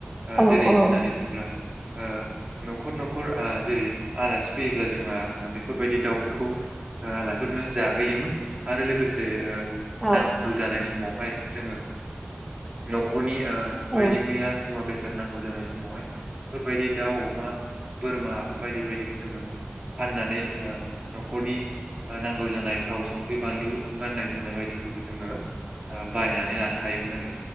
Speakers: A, on the right; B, in the centre.
A: ओ
B: औ
A: जेरै
B: औ
A: होननानै बुङोब्ला ओ न'खर न'खर ओ जेरै आलासि फैयोब्ला जोंहा बेफोरबायदि दाउफोरखौ ओ लाइफोरनो जाहोयोमोन आरो लोगोसे ओ
B: औ
A: नांगौ जानाय समावहाय जोङो न'खरनि ओ
B: औ
A: बायदि मैया मुवा बेसाद नांगौ जानाय समावहाय बेफोरबायदि दाउ अमा बोरमा बायदि बायदिखौ जोङो फाननानै ओ न'खरनि ओ नांगौ जानाय थाव संख्रि बानलु गाननाय जोमनाय बायदिखौबो जोङो ओ बायनानै लानो हायोमोन आरो,